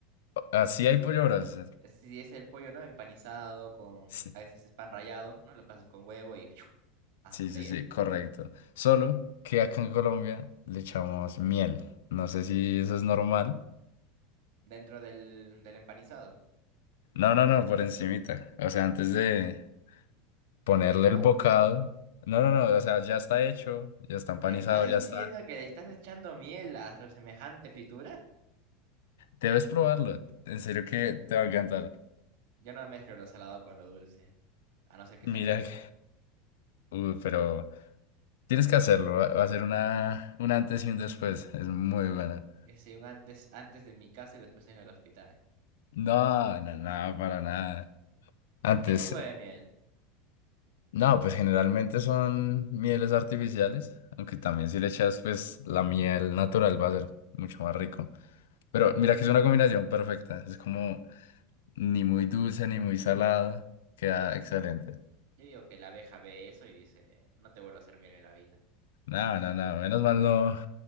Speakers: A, on the left (about 85°); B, on the right (about 65°).
A: así hay pollo broster.
B: es Si es el pollo, ¿no? Empanizado con,
A: Sí,
B: a veces es pan rallado, ¿no? Lo pasas con huevo y <smacks lips> a
A: sí,
B: freírlo.
A: sí, sí, correcto. Solo que acá en Colombia le echamos miel. No sé si eso es normal.
B: dentro del, del empanizado,
A: No, no, no, por encimita. O sea, antes de, ponerle
B: de freírlo.
A: el bocado. No, no, no, o sea, ya está hecho, ya está empanizado,
B: ¿Me estás diciendo
A: ya está.
B: que le estás echando miel a semejante fritura?
A: Debes probarlo, en serio que te va a encantar.
B: Yo no mezclo lo salado con lo dulce, a no ser que
A: Mira,
B: sea ketchup.
A: que- uh, pero tienes que hacerlo, va va a ser una, un antes y un después, es muy buena.
B: Hice un antes, antes de mi casa y después en el hospital.
A: No, no, no, para nada. Antes,
B: ¿Y qué tipo de miel?
A: no, pues generalmente son mieles artificiales, aunque también si le echas pues la miel natural va a ser mucho más rico. Pero mira que es una combinación perfecta, es como ni muy dulce ni muy salado. Queda excelente.
B: Yo digo que la abeja ve eso y dice, no te vuelvo a hacer miel en la vida.
A: No, no, no, menos mal no,